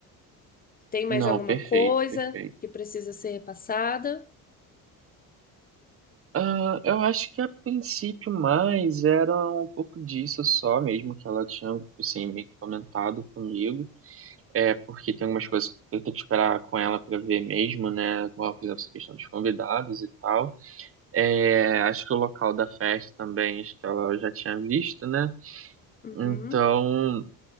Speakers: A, on the left (about 25°); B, on the right (about 40°).
A: Tem mais
B: Não,
A: alguma
B: perfeito,
A: coisa
B: perfeito.
A: que precisa ser repassada?
B: Ah, eu acho que a princípio mais era um pouco disso só mesmo que ela tinha assim, meio que comentado comigo. É porque tem algumas coisas que eu tenho que esperar com ela pra ver mesmo, né? Igual, por exemplo, essa questão dos convidados e tal. É, acho que o local da festa também, acho que ela já tinha visto, né?
A: Uhum.
B: Então,